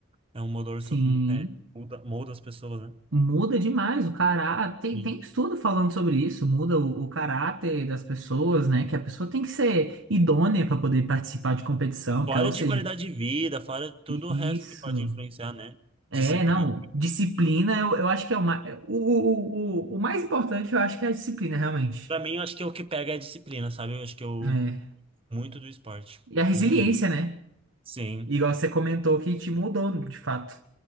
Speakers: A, on the right; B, on the right.
A: é um motor,
B: Sim.
A: so- um- é, molda, molda as pessoas, né?
B: Muda demais o caráter. Tem,
A: Sim.
B: tem estudo falando sobre isso. Muda o, o caráter das pessoas, né? Que a pessoa tem que ser idônea para poder participar de competição,
A: Fora
B: que, é, ou seja,
A: de qualidade de vida, fora tudo o
B: isso.
A: resto que pode influenciar, né?
B: É,
A: Disciplina.
B: não. Disciplina, eu, eu acho que é o, mais. o, o, o, o mais importante, eu acho que é a disciplina, realmente.
A: Pra mim, eu acho que o que pega é a disciplina, sabe? Eu acho que eu...
B: É.
A: Muito do esporte.
B: E a resiliência,
A: Uhum.
B: né?
A: Sim,
B: Igual você comentou que te mudou, de fato.